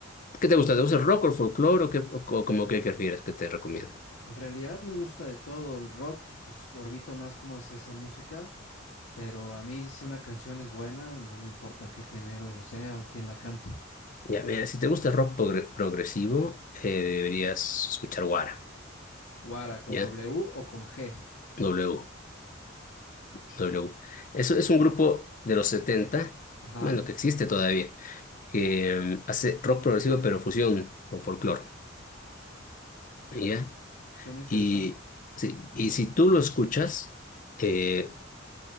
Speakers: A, on the left; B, on the left.
A: ¿qué te gusta? ¿Te gusta el rock o el folclore o, qué, o, co- como que prefieres que te recomiendo?
B: En realidad me gusta de todo, el rock, pues orbito más como hacia esa música, pero a mí si una canción es buena, no me importa qué género sea o quién la cante.
A: Ya, mira, si te gusta el rock progre- progresivo, eh, deberías escuchar Guara,
B: Guara, con
A: ¿ya?
B: W o con G.
A: W, W. Eso es un grupo de los 70,
B: Ajá,
A: bueno, que existe todavía, que em, hace rock progresivo pero fusión con folclore, ¿ya?
B: suena interesante.
A: Y, sí, y si tú lo escuchas, eh,